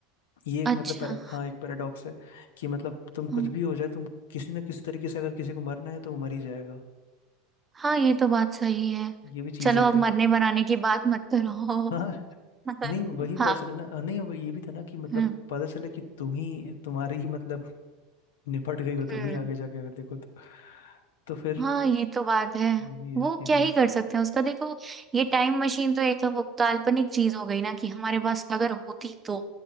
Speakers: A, on the left; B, on the right.
A: ये एक
B: अच्छा
A: मतलब पैरा हाँ एक पैराडॉक्स है कि मतलब तुम
B: हम्म,
A: कुछ भी हो जाए तुम किसी ना किसी तरीके से अगर किसी को मरना है तो वो मर ही जाएगा
B: हाँ ये तो बात सही है
A: ये भी चीज़
B: चलो
A: है कि
B: अब मरने बनाने की बात मत करो
A: हाँ
B: <laughs>
A: नहीं वही पता
B: हाँ
A: चले ना नहीं वो ये भी था ना कि मतलब
B: हम्म
A: पता चले कि तुम ही तुम्हारी ही मतलब निपट गई हो
B: हम्म
A: तुम ही आगे जाके अगर देखो तो तो फिर
B: हाँ ये तो बात है
A: ये भी है
B: वो
A: ये
B: क्या
A: भी
B: ही
A: है
B: कर सकते हैं उसका देखो ये टाइम मशीन तो एक वो काल्पनिक चीज हो गई ना कि हमारे पास अगर होती तो